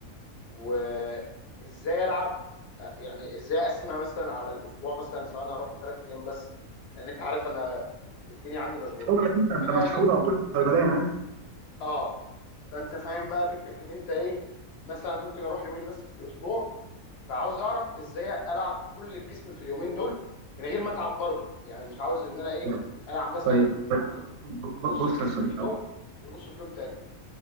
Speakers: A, on the left (about 60°); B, on the right (about 85°).
A: وازاي العب آه، يعني ازاي اقسمها مثلا على الاسبوع مثلا سواء انا اروح ثلاث ايام بس لان انت عارف انا الدنيا عندي مشغوله
B: شغلك انت انت
A: فانا
B: مسحول
A: يعني
B: على طول في الصيدليه انا عارف
A: اه فانت فاهم بقى فكره ان انت ايه مثلا ممكن اروح يومين بس في الاسبوع فعاوز اعرف ازاي العب كل الجسم في اليومين دول من غير ما اتعب برضه يعني مش عاوز ان انا ايه
B: آه.
A: العب مثلا
B: طيب ب-
A: نو-
B: ب-
A: نص
B: بص
A: الجسم
B: يا صديقي
A: في يوم
B: أهو.
A: ونصه في يوم تاني